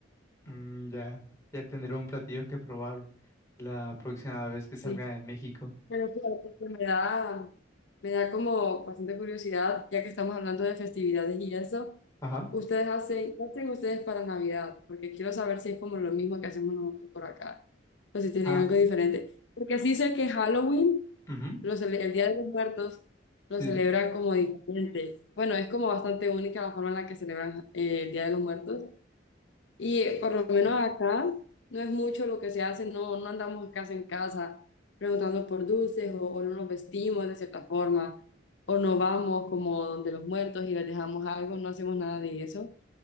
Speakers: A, on the left; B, on the left.
A: Mm, ya, ya tendré un platillo que probar la próxima vez que
B: Sí.
A: salga de México.
B: Pero claro, pues, pues, me da, me da como bastante curiosidad, ya que estamos hablando de festividades y eso.
A: Ajá.
B: ¿Ustedes hacen, qué hacen ustedes para Navidad? Porque quiero saber si es como lo mismo que hacemos nosotros por acá, o si tienen
A: Ah,
B: algo diferente. Porque sí sé que Halloween,
A: ujú,
B: lo cele- el Día de los Muertos, lo
A: Sí,
B: celebran
A: sí.
B: como diferente. Bueno, es como bastante única la forma en la que celebran eh, el Día de los Muertos. Y eh, por lo menos acá no es mucho lo que se hace, no, no andamos casa en casa preguntando por dulces o, o no nos vestimos de cierta forma, o no vamos como donde los muertos y les dejamos algo, no hacemos nada de eso.